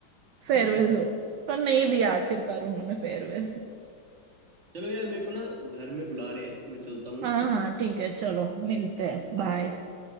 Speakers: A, on the right; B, on the right.
A: <laughs>
B: फेयरवेल दो पर नहीं दिया आखिरकार उन्होंने फेयरवेल
A: चलो यार मेरे को ना घर में बुला रहे हैं मैं चलता हूँ
B: हाँ हाँ ठीक है चलो मिलते हैं बाय
A: अवरे लय filtrate